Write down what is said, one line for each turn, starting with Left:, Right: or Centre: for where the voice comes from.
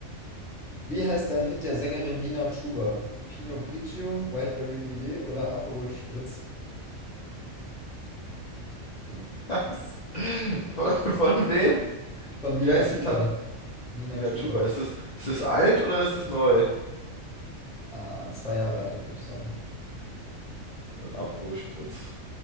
Centre: Wie heißt ein Hit der Sängerin Nina Chuba? Pinot Grigio, Wildberry Lillet oder Aperol Spritz? <laughs>
Left: Was? Von, von wem?
Centre: Von
Left: Wie
Centre: Nina
Left: heißt
Centre: Chuba.
Left: die Tante?
Centre: Nina
Left: Ina
Centre: Chuba.
Left: Chuba. Ist es, ist es alt oder ist es neu?
Centre: Ah, zwei Jahre alt, würde ich sagen.
Left: Ein Aperol Spritz.